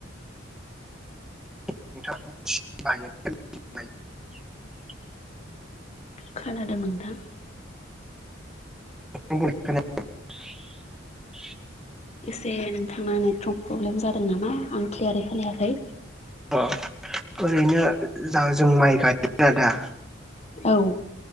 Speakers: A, in the centre; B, on the left (about 35°).
A: <inaudible>
B: खोनादों नोंथां
A: <inaudible>
B: एसे नोंथाङा नेटवर्क प्रब्लेम जादों नामा आं क्लियारै खालयाखै
A: अ ओरैनो जों माइ गायोन आ दा
B: औ